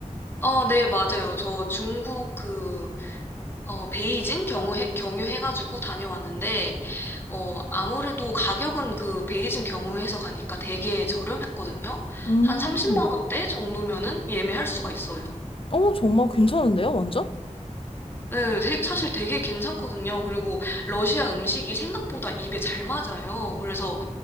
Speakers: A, on the left (about 15°); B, on the left (about 45°).
A: 어, 네, 맞아요. 저 중국 그, 어, 베이징 경유해, 경유해가지고 다녀왔는데, 어, 아무래도 가격은 그 베이징 경유해서 가니까 되게 저렴했거든요.
B: 음,
A: 한 30만 원대 정도면은 예매할 수가 있어요.
B: 어, 정말 괜찮은데요, 완전?
A: 네, 되- 사실 되게 괜찮거든요. 그리고 러시아 음식이 생각보다 입에 잘 맞아요. 그래서